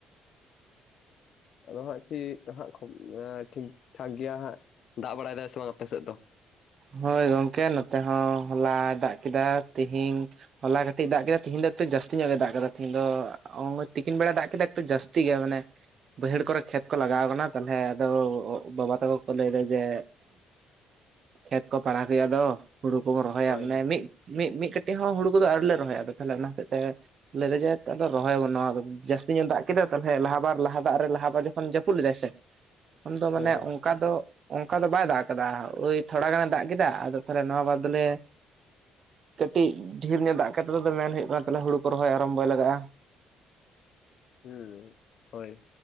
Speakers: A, on the left; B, on the right.
A: ᱟᱫᱚ ᱦᱟᱸᱜ ᱪᱮᱫ ᱦᱟᱸᱜ ᱠᱷᱚᱵ ᱴᱷᱤᱠ ᱴᱷᱟᱠ ᱜᱮᱭᱟ ᱦᱟᱸᱜ ᱫᱟᱜ ᱵᱟᱲᱟᱭ ᱫᱟᱭ ᱥᱮ ᱵᱟᱝ ᱟᱯᱮ ᱥᱮᱫ ᱫᱚ?
B: ᱦᱳᱭ ᱜᱚᱝᱠᱮ ᱱᱚᱛᱮ ᱦᱚᱸ ᱦᱚᱞᱟᱭ ᱫᱟᱜ ᱠᱮᱫᱟ, ᱛᱤᱦᱤᱧ ᱦᱚᱞᱟ ᱠᱟᱹᱴᱤᱡ ᱫᱟᱜ ᱠᱮᱫᱟ ᱛᱤᱦᱤᱧ ᱫᱚ ᱮᱠᱴᱩ ᱡᱟᱹᱥᱛᱤ ᱧᱚᱜ ᱜᱮᱭ ᱫᱟᱜ ᱠᱮᱫᱟ ᱛᱤᱦᱤᱧ ᱫᱚ ᱛᱤᱠᱤᱱ ᱵᱮᱲᱟ ᱫᱟᱜ ᱠᱮᱫᱟ ᱮᱠᱴᱩ ᱡᱟᱹᱥᱛᱤ ᱜᱮ, ᱢᱟᱱᱮ ᱵᱟᱹᱭᱦᱟᱹᱲ ᱠᱚᱨᱮ ᱠᱷᱮᱛ ᱠᱚ ᱞᱟᱜᱟᱣ ᱠᱟᱱᱟ ᱛᱟᱦᱚᱞᱮ ᱟᱫᱚ ᱵᱟᱵᱟ ᱛᱟᱠᱚ ᱠᱚ ᱞᱟᱹᱭᱫᱟ ᱡᱮ ᱠᱷᱮᱛ ᱠᱚ ᱯᱟᱲᱟᱜ ᱦᱩᱭᱩᱜ-ᱟ ᱦᱩᱲᱩ ᱠᱚᱵᱚᱱ ᱨᱚᱦᱚᱭᱟ᱾
A: ᱦᱳᱭ
B: ᱢᱟᱱᱮ
A: ᱦᱳᱭ
B: ᱢᱤᱫ ᱢᱤᱫ ᱢᱤᱫ ᱠᱟᱹᱴᱤᱡ ᱦᱚᱸ ᱦᱩᱲᱩ ᱠᱚᱫᱚ ᱟᱣᱨᱤ ᱞᱮ ᱨᱚᱦᱚᱭᱟ ᱟᱫᱚ ᱛᱟᱦᱚᱞᱮ ᱚᱱᱟ ᱦᱚᱛᱮᱡ ᱛᱮ ᱞᱟᱹᱭ ᱫᱟ ᱡᱮ ᱟᱫᱚ ᱨᱚᱦᱚᱭᱟ ᱵᱚᱱ ᱱᱚᱣᱟ ᱠᱚᱫᱚ᱾ ᱡᱟᱹᱥᱛᱤ ᱧᱚᱜ ᱫᱟᱜ ᱠᱮᱫᱟ ᱛᱟᱦᱚᱞᱮ ᱞᱟᱦᱟ ᱵᱟᱨ ᱞᱟᱦᱟ ᱫᱟᱜ ᱨᱮ ᱞᱟᱦᱟ ᱵᱟᱨ ᱡᱚᱠᱷᱚᱱ ᱡᱟᱹᱯᱩᱫ ᱞᱮᱫᱟᱭ ᱥᱮ- ᱩᱱ ᱫᱚ
A: ᱦᱳᱭ
B: ᱢᱟᱱᱮ
A: ᱦᱳᱭ
B: ᱚᱱᱠᱟ ᱫᱚ ᱚᱱᱠᱟ ᱫᱚ ᱵᱟᱭ ᱫᱟᱜ ᱠᱟᱫᱟ ᱳᱭ ᱛᱷᱚᱲᱟ ᱜᱟᱱᱮ ᱫᱟᱜ ᱠᱮᱫᱟ ᱟᱫᱚ ᱛᱟᱦᱚᱞᱮ ᱱᱚᱣᱟ ᱵᱟᱨ ᱫᱚᱞᱮ ᱠᱟᱹᱴᱤᱡ ᱰᱷᱮᱨ ᱧᱚᱜ ᱫᱟᱜ ᱠᱟᱛᱮ ᱛᱮᱫᱚ ᱢᱮᱱ ᱦᱩᱭᱩᱜ ᱠᱟᱱᱟ ᱛᱟᱦᱞᱮ ᱦᱩᱲᱩ ᱠᱚ ᱨᱚᱦᱚᱭ ᱟᱨᱚᱢ ᱵᱚᱭ ᱞᱟᱜᱟᱜ-ᱟ᱾
A: ᱦᱩᱸ, ᱦᱳᱭ᱾